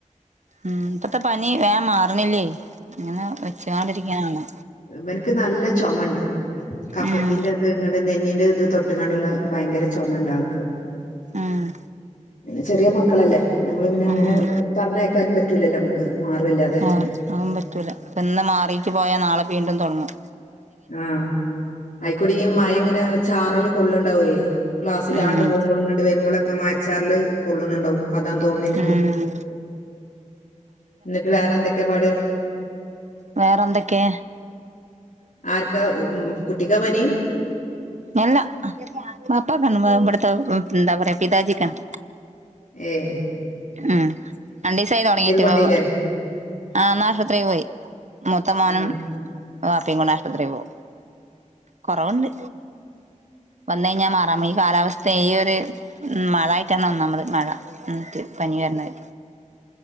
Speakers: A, on the right (about 60°); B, on the left (about 85°).
A: ഉം ഇപ്പത്തെ പനി വേം മാറണില്ലേ ഇങ്ങനെ വെച്ചോണ്ടിരിക്കാനാണ്
B: ഇവൻക്ക് നല്ല ചോമണ്ട് കഫത്തിന്റെ
A: ഉം
B: ഇത് ഇങ്ങട്ട് നെഞ്ഞിന്റെ ഇത് തൊട്ട്ങ്ങാണ്ടുള്ള ഭയങ്കര ചൊമണ്ട് ആൾക്ക്
A: ആഹ്
B: പിന്നെ ചെറിയ മക്കളല്ലേ. ഞമ്മള് പിന്നെ അങ്ങനെ
A: ഉം
B: പറഞ്ഞയക്കാനും പറ്റൂലല്ലോ നമ്മക്ക്. മാറു അല്ലാ
A: ആഹ് അഹോന്നും പറ്റൂല. ഇപ്പൊ ഇന്ന് മാറീട്ട് പോയാ നാളെ വീണ്ടും തോട്ങ്ങും.
B: ആഹ്. അയിക്കൂടി ഈ മഴ ഇങ്ങനെ ചാറല് കൊള്ള്ണ്ടാവേ. ക്ലാസ്സിലാണ്ട്
A: ഉം
B: പോകുമ്പളും ഇങ്ങണ്ട് വരുമ്പളൊക്കെ മഴച്ചാറൽ കൊള്ള്ണ് ണ്ടാവും. അതാണ് തോൺണ് ഇൻക്ക്.
A: ഉം
B: ഇന്നട്ട് വേറെ എന്തൊക്കെയാ പാട്?
A: വേറെ എന്തൊക്കെ?
B: ആര്ക്കാ മ് കുട്ടിക്കാ പനി
A: എല്ലാ വാപ്പക്കാണ് ഏഹ് ഇവട്ത്തെ എന്താ പറയാ പിതാജിക്കാണ്
B: ഏഹ്
A: ആഹ് രണ്ടീസായി തൊടങ്ങിട്ട്
B: കൊണ്ടോയില്ലേ
A: വെ വ് ആഹ്. ന്ന് ആശ്പത്രീ പോയി മൂത്തമോനും
B: ആ
A: വാപ്പി കൂടെ ആശുപത്രി പോവും. കൊറവ്ണ്ട്. വന്ന് കഴിഞ്ഞാ മാറാമെ. ഈ കാലാവസ്ഥയെ. ഈ ഒരു മഴായിട്ടാണ് ഒന്നാമത്. മഴ മ്മ് ട്ട് പനി വര്നത്.